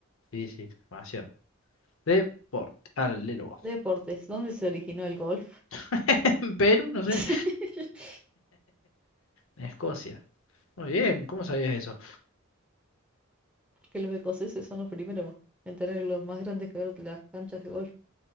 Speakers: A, on the left; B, in the centre.
A: Sí, sí, demasiado. Deporte. Dale, luego.
B: Deportes. ¿Dónde se originó el golf?
A: <laughs> En Perú, no sé.
B: <laughs>
A: En Escocia. Muy bien, ¿cómo sabías eso?
B: Que los escoceses son los primeros en tener los más grandes que las canchas de golf.